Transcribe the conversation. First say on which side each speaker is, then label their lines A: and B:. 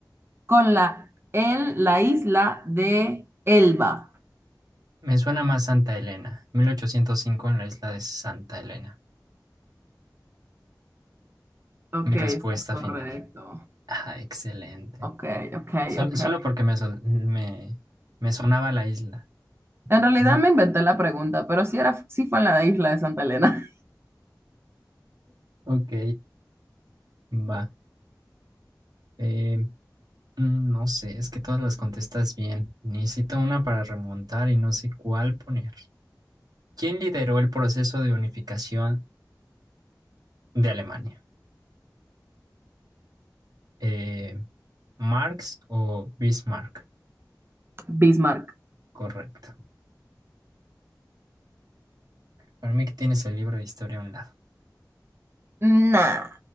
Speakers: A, on the right; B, on the right.
A: con la, en la isla de Elba.
B: Me suena más Santa Elena, Mil ochocientos cinco en la isla de Santa Elena.
A: Ok,
B: Mi respuesta
A: está correcto.
B: final. Ajá, excelente.
A: Ok, ok,
B: Sol-
A: ok.
B: solo porque me, sol- me, me sonaba la isla.
A: En realidad
B: <laughs>
A: me inventé la pregunta, pero sí era, sí fue en la isla de Santa Elena.
B: Ok, va. Eh, mm, no sé, es que todas las contestas bien. Necesito una para remontar y no sé cuál poner. ¿Quién lideró el proceso de unificación de Alemania? Eh, ¿Marx o Bismarck?
A: <laughs> Bismarck.
B: Correcto. Para mí que tienes el libro de historia a un lado.
A: Nah,